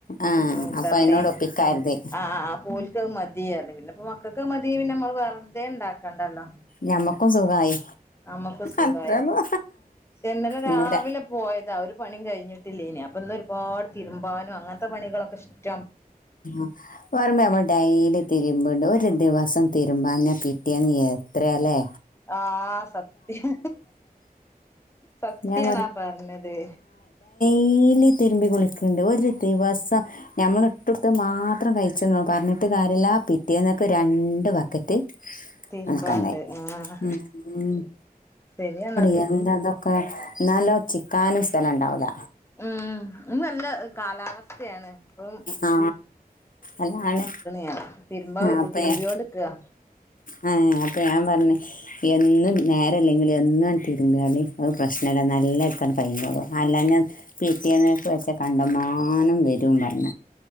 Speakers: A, on the left; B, on the left.
A: ആ
B: ന്യൂട്ടർലേയും
A: അപ്പൊ അതിനോട് ഒപ്പിക്കാരുത്
B: ആ ആ ഓൽക്കത് മതിന്നർഞ്ഞു പിന്നെപ്പോവാം ക്ക്ക്കൊകെ മതി പിന്നെ നമ്മള് പറ തെ ഉണ്ടാക്കണ്ടല്ലോ
A: ഞമ്മക്കും സുഖായി
B: നമുക്ക് സുഖമായി
A: അത്രയൊന്നും
B: ക്ഷേ ഇന്നലെ രാവിലെ
A: ഇന്നര
B: പോയതാ ഒരു പണിയും കഴിഞ്ഞി ഇല്ലേനി അപ്പൊ ഇന്ന് ഒരുപാട് തിരുമ്പാനും അങ്ങനത്തെ പണികളൊക്കെ ഇഷ്ട
A: ആ വർമ്മേമ്മ ഡൈലി തിര്മ്പണ്ട് ഒരു ദിവസം തിര്മ്പാഞ്ഞ പിറ്റേന്ന് എത്രയാലേ.
B: ആ സത്യം സത്യാണ്
A: ഞാൻ
B: ആ പറഞ്ഞത്.
A: ഡെയ്ലി തിരുമ്പി കുളിക്കണ്ട് ഒരു ദിവസം ഞമ്മള് ഇട്ടടുത്ത് മാത്രം കഴിച്ച്ന്ന് പറഞ്ഞിട്ട് കാര്യല്ല, പിറ്റേന്നൊക്കെ രണ്ട് ബക്കറ്റ്
B: തിരുമ്പാണ്ട്
A: ആൽക്കണ്ടായി
B: ആഹ്
A: മ്
B: ശരിയാണത്
A: <unintelligible> എന്താ ഇതൊ ക്ക നല്ലോ ചിക്കാനും സ്ഥലംണ്ടാവുല.
B: ഉം ഇന്ന് നല്ല കാലാവസ്ഥയാണ്, ഏ
A: ആ അല്ലാണ്
B: ഞാൻ തിരുമ്പ
A: അപ്പ
B: തിരുമ്പിയോണ്ട്ക്കാ
A: ഏ ഏ അപ്പ ഞാൻ പറഞ്ഞ് എന്നും നേര അല്ലെങ്കിൽ എന്നും തിരുമ്പല് അത് പ്രശ്നല്ല നല്ല <unintelligible> കഴഞ്ഞോളു അല്ല ഞാൻ പിറ്റേന്ന് <unintelligible> കണ്ടമാനം വരും പറഞ്ഞ